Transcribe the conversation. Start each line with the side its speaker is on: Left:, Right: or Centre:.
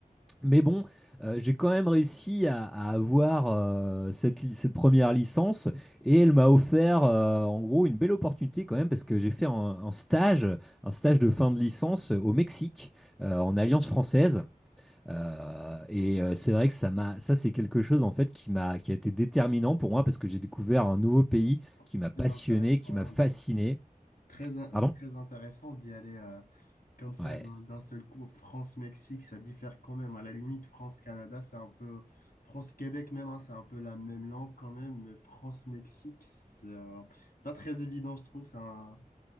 Centre: Mais bon, euh, j'ai quand même réussi à, à avoir euh, cette, li- cette première licence et elle m'a offert euh, en gros une belle opportunité quand même parce que j'ai fait un, un stage, un stage de fin de licence au Mexique euh, en Alliance française. Euh, et euh, c'est vrai que ça m'a, ça c'est quelque chose en fait qui m'a, qui a été déterminant pour moi parce que j'ai découvert un nouveau pays qui
Left: Très
Centre: m'a passionné,
Left: intéressant,
Centre: qui m'a fasciné.
Left: hein. très, in-
Centre: Pardon?
Left: très intéressant d'y aller euh, comme ça
Centre: Ouais.
Left: d'un d'un seul coup. France-Mexique, ça diffère quand même. À la limite, France-Canada, c'est un peu. France-Québec même, hein, c'est un peu la même langue quand même. Mais France-Mexique, c'est euh, c'est pas très évident, je trouve. c'est Un...